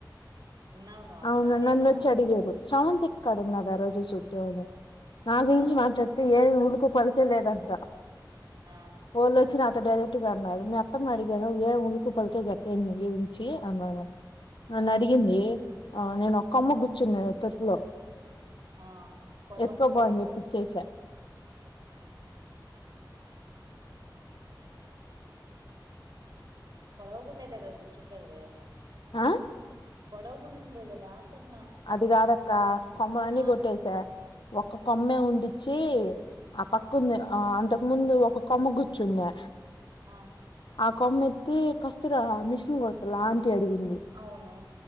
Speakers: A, on the right; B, on the left.
A: ఉన్నావు నువ్వు అప్పుడు
B: అవునా
A: ఆడేనా
B: నన్నచ్చి అడిగారు స్రవంతి క్కడున్నద రోజ చెట్టు అని నా గురించి
A: ఆ
B: మాట్లాడితే ఏ ఉలుకు పలికే లేదంట
A: ఆ
B: వాళ్ళు నాతో డైరెక్ట్ గా అన్నారు మీ అత్తమ్మ ను అడిగాను ఏ ఉలికు పలికె చెప్పలేదు నీనుంచి అన్నాను నన్న
A: ఆ
B: డిగింది ఆ నేను ఒక్కమ్మ కూర్చున్నా తొట్టిలో
A: ఆ పొడవుగుండేదే
B: ఎసుకోపో అని చెప్పి ఇచ్చేసా
A: ఉమ్ పొడవగుండేదే కదా గుచ్చుండేది
B: ఆ
A: పొడవ గు ఉందే కదా అంటున్నా
B: అది కాదక్క కొమ్మలన్ని
A: ఆ
B: కొట్టేసా ఒక్క కొమ్మే ఉండించి ఆ పక్కుంది ఆ అంతకు ముందు ఒక కొమ్మ గుర్చుందా
A: ఆ
B: ఆ కొమ్మ ఎత్తి కస్తరా మిషన్ కొడతల ఆంటీ అడిగింది
A: అవును